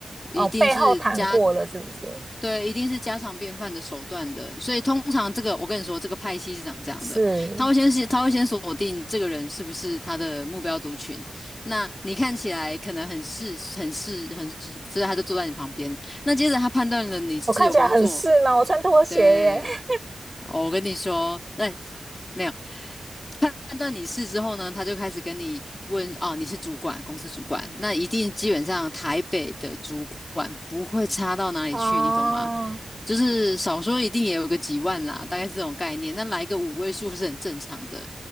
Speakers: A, on the left; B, on the right.
A: 一定是家
B: 哦，背后谈过了是不是？
A: 对，一定是家常便饭的手段的。所以通常这个，我跟你说，这个派系是长这样的，
B: 是
A: 他会先是他会先锁定这个人是不是他的目标族群。那你看起来可能很是很是很是，所以他就坐在你旁边。那接着他判断了你是有工作，
B: 我看起来很是吗？我穿拖鞋耶。
A: 对
B: 欸
A: 哦我跟你说，那没有判断你是之后呢，他就开始跟你问哦，你是主管，公司主管，那一定基本上台北的主管不会差到哪里去，
B: 哦，
A: 你懂吗？就是少说一定也有个几万啦，大概是这种概念。那来个五位数是很正常的，